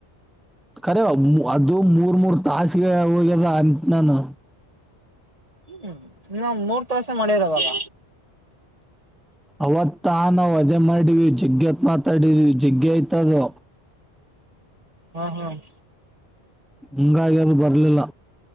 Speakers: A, in the centre; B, on the right (about 35°).
A: ಕರೆ ಅದು ಮೂರ್ ಮೂರ್ ತಾಸಿಗೆ ಹೋಗ್ಯದ ಅಂತ ನಾನು
B: ಹ್ಮ್ ನಾವ್ ಮೂರ್ ತಾಸೆ ಮಾಡಿದ್ದು ಅವಾಗ
A: ಅವತ್ತಾ ನಾವು ಅದೇ ಮಾಡೀವಿ ಜಗ್ಗೆತ್ ಮಾತಾಡವಿ ಜಗ್ಗೆಯ್ತದೋ
B: ಹ್ಮ್ ಹ್ಮ್
A: ಹಾಂಗಾಗಿ ಅದು ಬರ್ಲಿಲ್ಲ